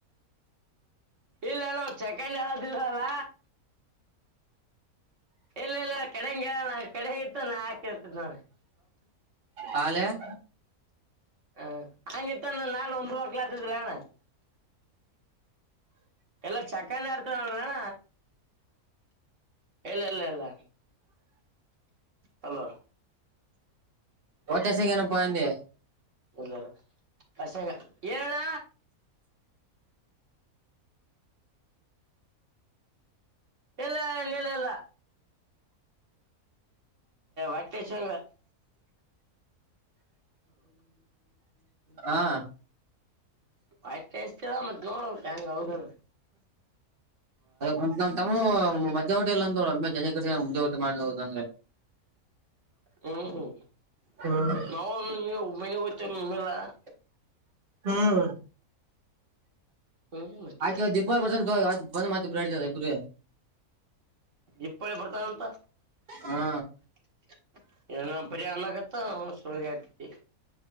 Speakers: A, on the right; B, on the right.
A: ಇಲ್ಲೇ ನ ಚೆಕನ್ ಎಲ್ಲ ತಿಸಲ್ಲ ಇಲ್ಲ ಇಲ್ಲ ಕೆಡೆಂಗಗೆ ಕೆಡೆ ಇತ್ತು ನಾ ಹಾಕ ಇರ್ತಿದ್ ನೋ
B: ಹಾಲ <inaudible>
A: ಹ ಹಂಗಿತ್ತ ನಾ ನಾಳೆ ಒಂದ್ ವಕ್ಲತಿದ್ರಣ್ಣ ಎಲ್ಲ ಚಕ್ಕಂದ ಆಡ್ತ ನಣ ಇಲ್ಲ ಇಲ್ಲ ಇಲ್ಲ ಹಲೋ
B: ಹೋಯಿತಾ ಸಿಂಗನಪ್ಪಾಯಂದೆ
A: ಇಲ್ಲಲ್ಲ ಅಷ ಹೇಳಏಣ ಎಲ್ಲ ನೀಲ್ಲಲ್ಲ ಒಟ್ಟು ಸೆನ್ಗಿಲ್ಲ
B: ಹಾ <inaudible>
A: ವಾಟ್ ಅಸ್ತಿಲ ಮತ್ತ್ ನೋಡ ಹೆಂಗ ಹೌದಲ್ಲ
B: ಒ ನ್ ತಮ್ಮ ಮ <inaudible> ನಿ ಹೊಟ್ಟ ಎಲ್ಲ ಅಂದೋ ಜನ ಮುಂಜೆ ಹೊಟೆ ಮಾಡದ ಅಂದ್ರೆ
A: ಹ್ಮ್
B: ಹ್ಮ್
A: ನವು ನೀವು ಮನಗತ್ತ ಮೇಲೆಲ್ಲಾ <inaudible>
B: ಹ್ಮ್
A: ಹಂಗೆ ಮತ್ತೆ
B: ಆಯ್ತು ದೀಪಾವಳ ಬರ್ಸನ್ ಇ ಬಂದ್ ಮಾತ ಇಬ್ರು ಹತದ ಇಬರು
A: ಇಪ್ಪಳ್ಳಿ ಬರ್ತಾನಂತ
B: ಹಾ
A: <unintelligible> ಬಡ ಅಣಾಗತ್ತ ಸುಳ್ಗ್ಯಕಿತ್ತು.